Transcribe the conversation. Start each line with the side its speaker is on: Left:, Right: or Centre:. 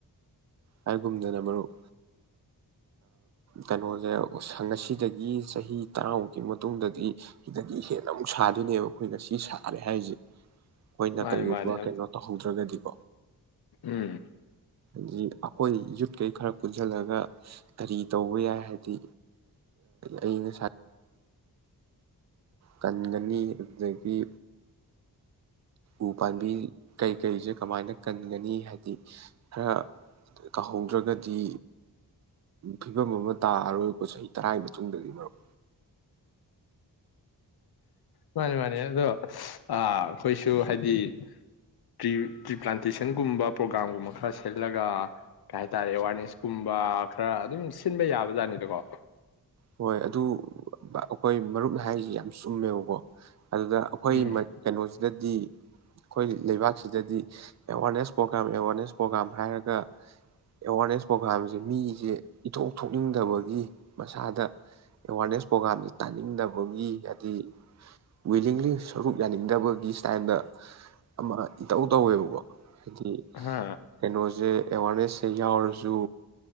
Right: ꯍꯥꯏꯒꯨꯝꯗꯅꯦ ꯃꯔꯨꯞ ꯀꯩꯅꯣꯁꯦ ꯉꯁꯤꯗꯒꯤ ꯆꯍꯤ ꯇꯔꯥꯃꯨꯛꯀꯤ ꯃꯇꯨꯡꯗꯗꯤ ꯁꯤꯗꯒꯤ ꯍꯦꯟꯅ ꯑꯃꯨꯛ ꯁꯥꯗꯣꯏꯅꯦꯕ ꯑꯩꯈꯣꯏ ꯉꯁꯤ ꯁꯥꯔꯦ ꯍꯥꯏꯔꯤꯁꯦ ꯑꯩꯈꯣꯏꯅ
Left: ꯃꯥꯅꯤ
Right: ꯀꯩꯒꯨꯝꯕ
Left: ꯃꯥꯅꯤ ꯌꯥꯝ
Right: ꯀꯩꯅꯣ ꯇꯧꯍꯧꯗ꯭ꯔꯒꯗꯤ
Left: ꯎꯝ
Right: ꯖꯤ ꯑꯩꯈꯣꯏ ꯌꯨꯠꯀꯩ ꯈꯔ ꯄꯨꯟꯁꯤꯜꯂꯒ ꯀꯔꯤ ꯇꯧꯕ ꯌꯥꯏ ꯍꯥꯏꯗꯤ ꯑꯏꯪ ꯑꯁꯥꯏ ꯀꯟꯒꯅꯤ ꯑꯗꯨꯗꯒꯤ ꯎ ꯄꯥꯝꯕꯤ ꯀꯩꯀꯩꯁꯦ ꯀꯃꯥꯏꯅ ꯀꯟꯒꯅꯤ ꯍꯥꯏꯗꯤ ꯈꯔ ꯀꯧꯍꯧꯗ꯭ꯔꯒꯗꯤ ꯐꯤꯕꯝ ꯑꯃ ꯇꯥꯔꯔꯣꯏꯕꯀꯣ ꯆꯍꯤ ꯇꯔꯥꯒꯤ ꯃꯇꯨꯡꯗꯗꯤ ꯃꯔꯨꯞ
Left: ꯃꯥꯅꯤ ꯃꯥꯅꯤ ꯑꯗꯣ ꯑꯩꯈꯣꯏꯁꯨ ꯍꯥꯏꯗꯤ ꯇ꯭ꯔꯤ ꯇ꯭ꯔꯤ ꯄ꯭ꯂꯥꯟꯇꯦꯁꯟꯒꯨꯝꯕ ꯄ꯭ꯔꯣꯒ꯭ꯔꯥꯝꯒꯨꯝꯕ ꯈꯔ ꯁꯤꯜꯂꯒ ꯀꯩ ꯍꯥꯏꯇꯥꯔꯦ ꯑꯦꯋꯥꯔꯅꯦꯁꯀꯨꯝꯕ ꯈꯔ ꯑꯗꯨꯝ ꯁꯤꯟꯕ ꯌꯥꯕꯖꯥꯠꯅꯤꯗꯀꯣ
Right: ꯍꯣꯏ ꯑꯗꯨ <unintelligible> ꯍꯣꯏ ꯃꯔꯨꯞꯅ ꯍꯥꯏꯁꯤ ꯌꯥꯝ ꯆꯨꯝꯃꯦꯕꯀꯣ ꯑꯗꯨꯗ ꯑꯩꯈꯣꯏ
Left: ꯎꯝ
Right: ꯀꯩꯅꯣꯁꯤꯗꯗꯤ ꯑꯩꯈꯣꯏ ꯂꯩꯕꯥꯛꯁꯤꯗꯗꯤ ꯑꯦꯋꯥꯔꯅꯦꯁ ꯄ꯭ꯔꯣꯒ꯭ꯔꯥꯝ ꯑꯦꯋꯥꯔꯅꯦꯁ ꯄ꯭ꯔꯣꯒ꯭ꯔꯥꯝ ꯍꯥꯏꯔꯒ ꯑꯦꯋꯥꯔꯅꯦꯁ ꯄ꯭ꯔꯣꯒ꯭ꯔꯥꯝꯁꯦ ꯃꯤꯁꯦ ꯏꯊꯣꯛ ꯊꯣꯛꯅꯤꯡꯗꯕꯒꯤ ꯃꯁꯥꯗ ꯑꯦꯋꯥꯔꯅꯦꯁ ꯄ꯭ꯔꯣꯒꯥ꯭ꯔꯝꯁꯦ ꯇꯥꯅꯤꯡꯗꯕꯒꯤ ꯍꯥꯏꯗꯤ ꯋꯤꯂꯤꯡꯂꯤ ꯁꯔꯨꯛ ꯌꯥꯅꯤꯡꯗꯕꯒꯤ <unintelligible> ꯇꯥꯏꯝꯗ ꯑꯃ ꯏꯇꯧ ꯇꯧꯋꯦꯕ <unintelligible> <unintelligible> ꯍꯥꯏꯗꯤ
Left: ꯍꯥ
Right: ꯀꯩꯅꯣꯁꯦ ꯑꯦꯋꯥꯔꯅꯦꯁꯁꯦ ꯌꯥꯎꯔꯁꯨ